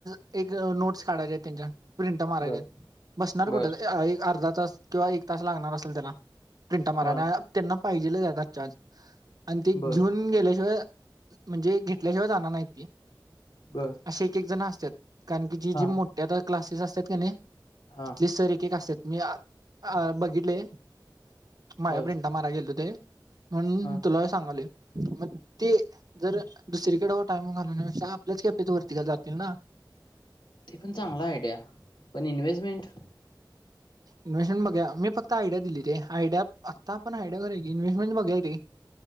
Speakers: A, on the right (about 50°); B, on the left (about 75°).
A: ते ग नोट्स काढायच्या आहेत तेच्या प्रिंटा मारायच्या
B: बर
A: यात <inaudible> बसणार
B: बर
A: कुठं एक अ अर्धा तस किंवा एक तास लागणार आसल तेना प्रिंटा माराना
B: हा
A: त्यांना पाहिजेलच जादा चान्स <inaudible> आणि ती घेऊन
B: बर
A: गेल्याशिवाय <inaudible> म्हणजे घेतल्याशिवाय जाना ना नाहीती <inaudible>
B: बर
A: आसे एकजण आस चट कारण की जी
B: हा
A: जी मोठ्या आता क्लासेस असतात कनी
B: हा
A: तिथली सर एक एक आसत्यात मी <inaudible> अ बघिटलय <inaudible> <inaudible> माया
B: बर
A: प्रिंटा मारायला गेलोत हे म्हणून
B: हा
A: तुला सांगालोय, मग ते जर दुसरीकडे व टाइम घालण्यापेक्षा आपल्याच कॅफेत वरती जातील ना,
B: ते पण चांगली हाय आयडिया पण इन्व्हेस्टमेंट
A: इन्व्हेस्टमेंट बघुया, मी फक्त आयडिया दिली रे आयडिया आत्ता आपण आयडिया करायची, इन्हेस्टमेंट बघुया की